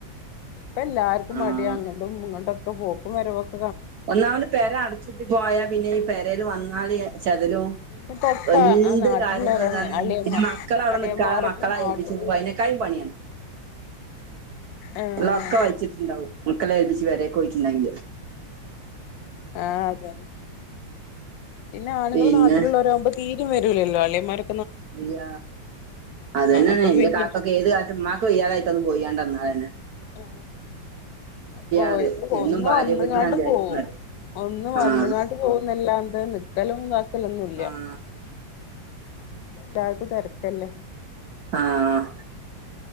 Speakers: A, on the left; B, on the right.
A: ഇപ്പൊ എല്ലാർക്കും
B: ആഹ്
A: മടിയ അങ്ങടും ഇങ്ങടും ഒക്കെ പോക്കും വരവക്കെ
B: ഒന്നാമത് പേര അടച്ചിട്ട് പോയാ പിന്നെ ഈ പെരേല് വന്നാല് ചെതലും
A: പിന്നെപ്പോ ഒക്കെ
B: എന്ത്
A: ആ നാട്ടിലുള്ളവരാണ്
B: കാര്യങ്ങള ഇതാന്ന്
A: അളിയമ്മ
B: പിന്നെ മക്കള അവിടെ
A: അളിയന്മാരൊക്കെ
B: നിക്കാതെ മക്കള
A: നാട്ടിലുള്ള
B: ഏൽപ്പിച് പോക അതിക്കെ ക്കായും പണിയാണ്
A: ഏഹ്
B: ഉള്ള ഒക്ക വലിച്ചിട്ടുണ്ടാവും മക്കളെ ഏൽപിച്ചിട്ട് പെരേക്ക് പോയിട്ടിണ്ടെങ്കില്
A: ആ അതെആ പിന്നെ ആണുങ്ങള്
B: പിന്നെ
A: നാട്ടിലുള്ളവരാകുമ്പോ തീരും വരുലല്ലോ അളിയമാര്
B: ഇല്ല അത് തന്നെണ്
A: അപ്പൊ
B: എന്റെ
A: പിന്നെ
B: കാക്കൊക്കെ ഏത് കാലത്ത് ഉമ്മാക്ക് വയ്യാതായിട്ടൊന്ന പോയണ്ടന്ന് വന്നാല്തന്നെ
A: ആ അപ്പൊ ഓരിക്ക്
B: പറയും എന്നും
A: ഒന്നു
B: ഭാര്യ
A: വന്നങ്ങാണ്ട്
B: വീട്ടിലാണ് വിചാരിക്കുന്നത്
A: പോകും ഒന്ന് വന്നങ്ങാണ്ട്
B: ആഹ്
A: പോകുന്നല്ലാന്ത്‌ നിക്കലുംതാക്കലൊന്നുംല്ല
B: ആഹ്
A: എല്ലാർക്കു തെരക്കല്ലേ
B: ആഹ്